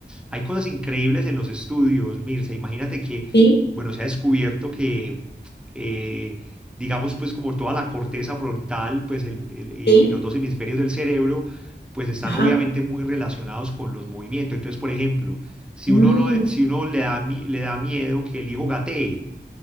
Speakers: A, in the centre; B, on the left.
A: hay cosas increíbles en los estudios, Mirce, imagínate que,
B: sí,
A: bueno, se ha descubierto que... eh, digamos, pues como toda la corteza frontal, pues el- el- y,
B: sí,
A: y los dos hemisferios del cerebro, pues están
B: ajá.
A: obviamente muy relacionados con los movimientos. Entonces, por ejemplo, si
B: Mm,
A: uno no, si uno le da, mi- le da miedo que el hijo gatee,